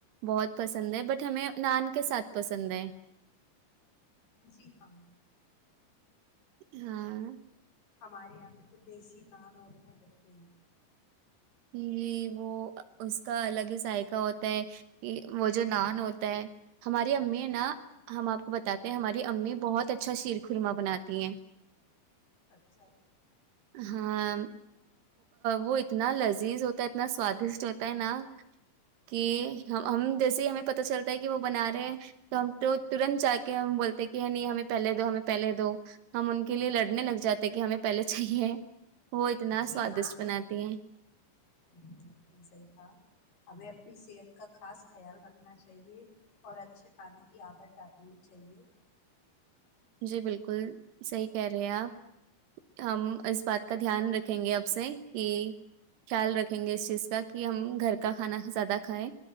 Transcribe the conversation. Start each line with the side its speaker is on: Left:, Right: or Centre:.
Right: بہت پسند ہے بٹ ہمیں نان کے ساتھ پسند ہے
Left: جی ہاں
Right: ہاں
Left: ہمارے یہاں پہ تو دیسی نان اور وہ رہتے ہیں
Right: ج وہ اس کا الگ ہی ذائقہ ہوتا ہے کہ وہ جو نان ہوتا ہے ہماری امی نا ہم آپ کو بتاتے ہیں ہماری امی بہت اچھا شیر خورما بناتی ہیں
Left: اچھا
Right: ہاں وہ اتنا لز عزیز ہوتا اتنا سوادشٹ ہوتا ہے نا کہ ہم جیسے ہی ہمیں پتا چلتا ہے کہ وہ بنا رہے ہیں تو ہم تو ترنت جا کے ہم بولتے ہیں کہ نہیں ہمیں پہلے دو ہمیں پہلے دو ہم ان کے لیے لڑنے لگ جاتے کہ ہمیں پہلے چاہیے وہ اتنا
Left: جی
Right: سوادشٹ
Left: ہاں
Right: بناتی ہیں
Left: بالکل آپ نے صحیح کہا ہمیں اپنی صحت کا خاص خیال رکھنا چاہیے اور اچھے کھانے کی آادت ڈالنی چاہیے
Right: جی بالکل صحی کہہ رہے ہیں آپ ہم اس بات کا دھیان رکھیں گے اب سے کہ خیال رکھیں گے اس چیز کا کہ ہم گھر کا کھانا زیادہ کھائیں